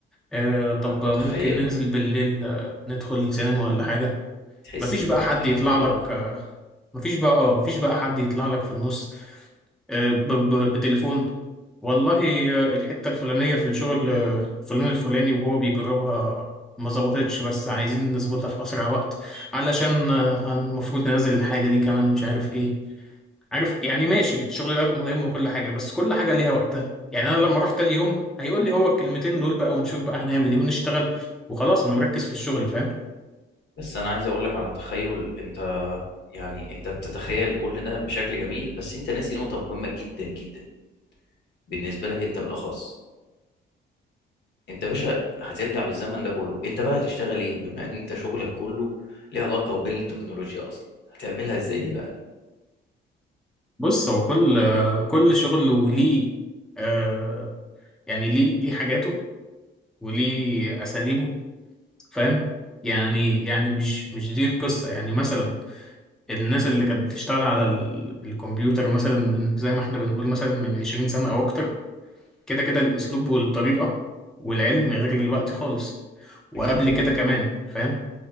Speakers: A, in the centre; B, on the left.
A: آه، طب
B: انا
A: ممكن
B: متخيله
A: ننزل بالليل آه، ندخل السينما ولا حاجة
B: تحس
A: مفيش
B: الوقت
A: بقى حد
B: كان
A: يطلع
B: فيه بركة
A: لك آه، مفيش بقى اه مفيش بقى حد يطلع لك في النص آه، ب- ب- بتليفون والله آه، الحتة الفلانية في الشغل آه، فلان الفلاني وهو بيجربها ما ظبطتش بس عايزين نظبطها في أسرع وقت علشان آه، هن- المفروض ننزل الحاجة دي كمان مش عارف إيه عارف يعني ماشي الشغل ده مهم وكل حاجة بس كل حاجة ليها وقتها يعني أنا لما أروح تاني يوم هيقول لي هو الكلمتين دول بقى ونشوف بقى هنعمل إيه ونشتغل وخلاص أنا مركز في الشغل فاهم
B: بس انا عايز اقول لك على تخيل انت يعني انت بتتخيل كل ده بشكل جميل بس انت ناسي نقطة مهمة جدا جدا بالنسبة لك انت بالاخص انت يا باشا هترجع بالزمن ده كله انت بقى هتشتغل ايه بما ان انت شغلك كله ليه علاقة بالتكنولوجيا اصلا هتعملها ازاي دي بقى
A: بص هو كل كل شغل وليه آه يعني ليه ليه حاجاته وليه اساليبه فاهم يعني يعني مش مش دي القصه يعني مثلا الناس اللي كانت بتشتغل على ال- الكمبيوتر مثلا من زي ما احنا بنقول مثلا من 20 سنه او اكتر كده كده الاسلوب والطريقه والعلم غير دلوقتي خالص وقبل
B: اكيد طبعا
A: كده كمان فاهم